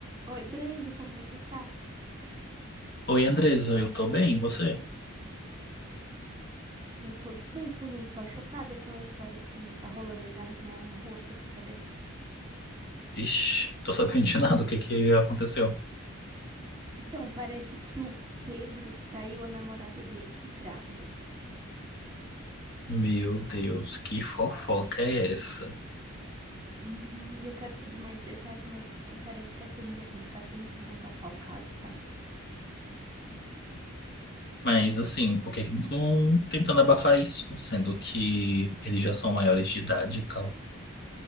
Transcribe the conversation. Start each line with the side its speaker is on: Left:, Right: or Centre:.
Right: Oi, Brendo, como você tá?
Left: Oi, Andresa, eu tô bem, e você?
Right: Eu tô bem também, só chocada com a história que tá rolando aí na, na rua, você ficou sabendo?
Left: Ixi, tô sabendo de nada, o que que aconteceu?
Right: Então, parece que o Pedro traiu a namorada dele grávida.
Left: Meu Deus, que fofoca é essa?
Right: Uhum, e eu quero saber mais detalhes, mas, tipo, parece que a família dele tá tentando abafar o caso, sabe?
Left: Mas assim, por que que não estão tentando abafar isso, sendo que eles já são maiores de idade e tal?